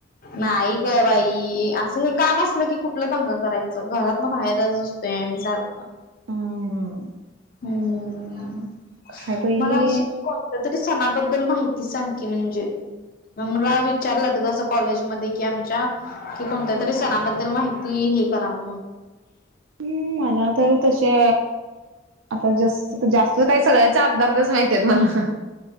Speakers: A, on the left; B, on the right.
A: नाई. ग बाई असं हे काम असलं की कुठलं दंगा करायचं घरात ना बाहेरच असतोय आंमी सारख.
B: हम्म
A: हम्म
B: काय बाई
A: मला अस. कोणत्या तरी सणाबद्दल माहिती सांग की म्हणजे? मग मला विचारलंत असं कॉलेजमध्ये कि आमच्या कि कोणत्या तरी सणाबद्दल माहिती, हे करा म्हणून
B: हम्म! मला तर तसे, आता जास्त काय सगळ्याचा अर्ध, अर्धच माहिती <unintelligible> मला.